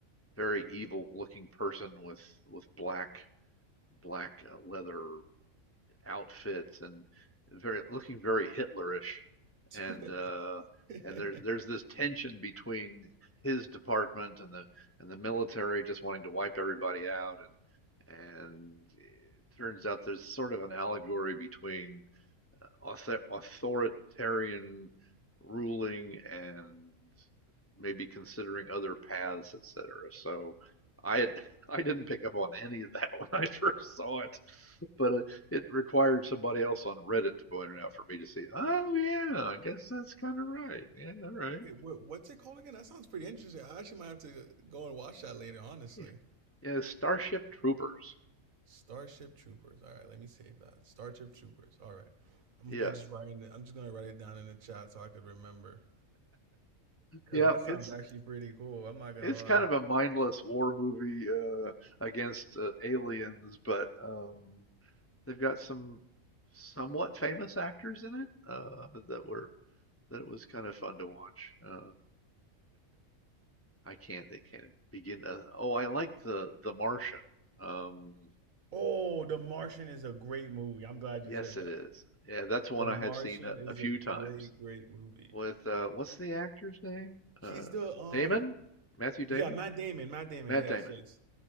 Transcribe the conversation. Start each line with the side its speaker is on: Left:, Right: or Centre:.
Left: very evil looking person with with black black uh, leather outfits and very looking very Hitlerish.
Right: <laughs>
Left: And uh,
Right: Wait,
Left: and there there's this tension between his department and the and the military just wanting to wipe everybody out. And and it turns out there's sort of an allegory between author- authoritarian ruling and maybe considering other paths, etc. So I had, <laughs> I didn't pick up on any of that <laughs> when I first saw it, but it, it required somebody else on Reddit to point it out for me to see. Oh yeah, I guess that's kind of right. Yeah, all right.
Right: what, what's it called again? That sounds pretty interesting. I actually might have to go and watch that later, honestly.
Left: Yeah, yeah, Starship Troopers.
Right: Starship Troopers. All right, let me save that. Starship Troopers. All right. I'm
Left: Yeah,
Right: gonna just write in it. I'm just gonna write it down in the chat so I could remember. Cause
Left: yeah.
Right: that
Left: It's
Right: sounds actually pretty cool. I'm not gonna
Left: it's
Right: lie.
Left: kind of a mindless war movie uh, against uh, aliens, but um, They've got some somewhat famous actors in it uh, that were that it was kind of fun to watch. Uh, I can't they can't begin to, oh, I like the The Martian. Um,
Right: Oh, The Martian is a great movie. I'm glad
Left: yes,
Right: you said
Left: it
Right: that.
Left: is. Yeah, that's one
Right: The
Left: I
Right: Martian
Left: have seen a,
Right: is
Left: a few
Right: a great,
Left: times
Right: great movie.
Left: with uh, what's the actor's name?
Right: He's
Left: Uh,
Right: the um
Left: Damon? Matthew Damon?
Right: yeah, Matt Damon. Matt Damon.
Left: Matt
Right: Yes,
Left: Damon.
Right: yes,